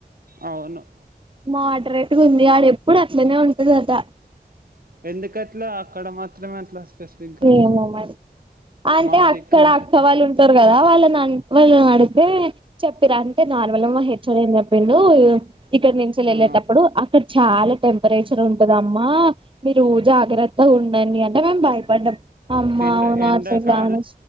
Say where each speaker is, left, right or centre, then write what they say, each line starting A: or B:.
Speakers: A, on the right; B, on the right.
A: అవును
B: మోడరేట్గా ఉంది వాళ ఎప్పుడు అట్లనే ఉంటదట
A: ఎందుకట్లా అక్కడ మాత్రమే అట్లా స్పెసిఫిక్గా
B: ఏమె మరి అంటే
A: మా దిక్కు
B: అక్కడ అక్క వాళ్ళు ఉంట టారు కదా వాళ్ళ వాళ్ళ నాడితే చెప్పరా అంటే నార్మల్మ్ మా హెచ్డు ఏం చెప్పిండు ఇక్కడ నుంచి వెళ్ళేటప్పుడు
A: ఆ
B: అక్కడ చాలా టెంపరేచర్ ఉంటదమ్మా మీరు జాగ్రత్త ఉండండి అంటే మేము బయ ట అమ్మా
A: ఎండ
B: అవునా
A: ఎండకా
B: అను